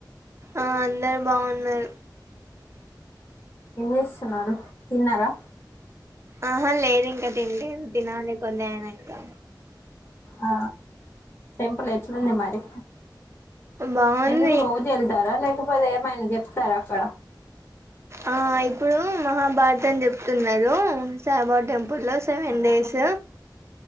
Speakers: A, on the right; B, on the left.
A: ఆ అందరు బాగున్నారు
B: ఏం చేస్తున్నారు తిన్నారా
A: ఆహా లేదు ఇంకా తింనలెదు తినాలి కొద్ది ఆయన ఇంకా
B: ఆ టెంపుల్ ఎట్లుంది మరి
A: బాగుంది
B: ఎందుకు రోజు వెళ్తారా లేక ద ఏమైనా చెప్తారా అక్కడ
A: ఆ ఇప్పుడు మహాభారతం అని చెప్తున్నారు సాహబా టెంపుల్ సెవెన్ డేస్